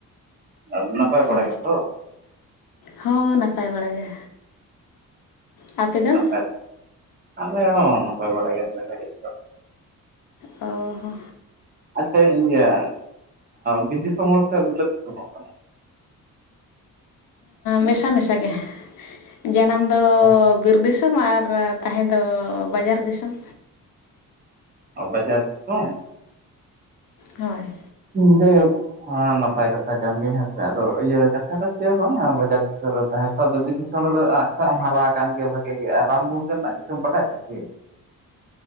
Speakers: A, on the right (about 30°); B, on the left (about 85°).
A: ᱟᱫᱚ ᱱᱟᱯᱟᱭ ᱵᱟᱲᱟ
B: ᱦᱳᱭ
A: ᱜᱮᱛᱚ?
B: ᱦᱚᱸ ᱱᱟᱯᱟᱭ ᱵᱟᱲᱟ ᱜᱮ᱾ ᱟᱯᱮ ᱫᱚ
A: ᱱᱟᱯᱟᱭ ᱵᱟᱲᱟᱜᱮ ᱟᱞᱮ ᱦᱚᱸ ᱱᱟᱯᱟᱭ ᱵᱟᱲᱟ ᱜᱮ ᱱᱮ ᱜᱷᱟᱲᱤᱡ ᱫᱚ᱾
B: ᱚᱻ ᱦᱚ,
A: ᱟᱪᱪᱷᱟ ᱤᱭᱟᱹ ᱵᱤᱨ ᱫᱤᱥᱚᱢ ᱦᱚᱲ ᱥᱮ ᱵᱤᱞᱟᱹᱛ ᱫᱤᱥᱚᱢ ᱦᱚᱲ ᱠᱟᱱᱟᱢ?
B: ᱢᱮᱥᱟ ᱢᱮᱥᱟᱜᱮ ᱡᱟᱱᱟᱢ ᱫᱚ
A: ᱯᱮ
B: ᱵᱤᱨ ᱫᱤᱥᱚᱢ ᱟᱨᱼᱼ ᱛᱟᱦᱮᱸ ᱫᱚ ᱵᱟᱡᱟᱨ ᱫᱤᱥᱚᱢ᱾
A: ᱚ ᱵᱟᱡᱟᱨ ᱫᱤᱥᱚᱢ?
B: ᱦᱳᱭ᱾
A: ᱦᱩᱸ ᱡᱟᱭᱦᱳᱠ᱾ ᱦᱮᱸ ᱱᱟᱯᱟᱭ ᱠᱟᱛᱷᱟ ᱠᱟᱱ ᱜᱮ ᱦᱮᱸ ᱥᱮ ᱟᱫᱚ ᱤᱭᱟᱹ ᱠᱟᱛᱷᱟ ᱫᱚ ᱪᱮᱫ ᱦᱚᱸ ᱵᱟᱝ ᱵᱟᱡᱟᱨ ᱫᱤᱥᱚᱢ ᱨᱮ ᱛᱟᱦᱮᱸᱼᱼ ᱟᱫᱚ ᱵᱤᱨ ᱫᱤᱥᱚᱢ ᱨᱮᱫᱚ ᱟᱜ ᱥᱟᱜ ᱮᱢ ᱦᱟᱨᱟᱣ ᱟᱠᱟᱱ ᱜᱮᱭᱟ ᱵᱷᱟᱜᱮ ᱜᱮ ᱟᱨ ᱨᱟᱱ ᱢᱩᱨᱜᱟᱹᱱ ᱨᱮᱱᱟᱜ ᱠᱤᱪᱷᱩᱢ ᱵᱟᱰᱟᱭ ᱛᱮ ᱥᱮ ᱪᱮᱫ,